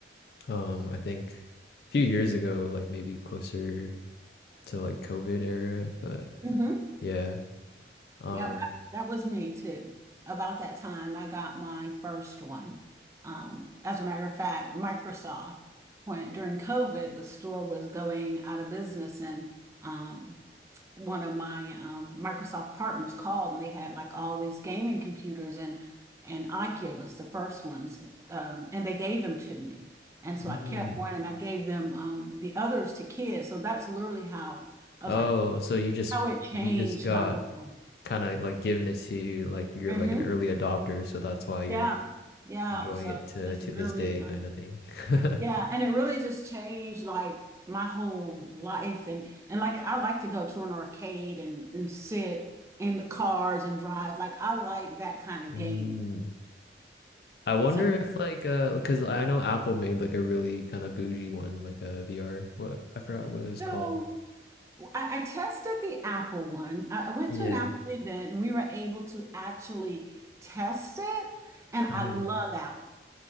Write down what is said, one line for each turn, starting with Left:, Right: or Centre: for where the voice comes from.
Left: um, I think a few years ago, like maybe closer to like COVID era, but
Right: Mm-hmm.
Left: yeah. Um,
Right: Yep, that was me too. About that time, I got my first one. Um, as a matter of fact, Microsoft, when during COVID, the store was going out of business, and um, one of my um, Microsoft partners called, and they had like all these gaming computers and and Oculus, the first ones, um, and they gave them to me. And so
Left: mm.
Right: I kept one, and I gave them um, the others to kids. So that's literally how I was
Left: Oh,
Right: like,
Left: so you just
Right: how it changed
Left: you just got
Right: my world.
Left: kind of like given it to you, like you're
Right: Mhm.
Left: like an early adopter, so that's why you're
Right: Yeah, yeah.
Left: enjoying
Right: So
Left: it to
Right: it's
Left: to
Right: really,
Left: this day
Right: um,
Left: kind of thing. <laughs>
Right: yeah, and it really just changed like my whole life. And and like I like to go to an arcade and and sit in the cars and drive. Like I like that kind of
Left: Mm.
Right: gaming.
Left: I wonder
Right: So
Left: if like uh because I know Apple made like a really kind of bougie one, like a VR. What I forgot what it was called.
Right: so I, I tested the Apple one. I, I went
Left: Yeah.
Right: to an Apple event and we were able to actually test it. And I
Left: hmm
Right: love Apple.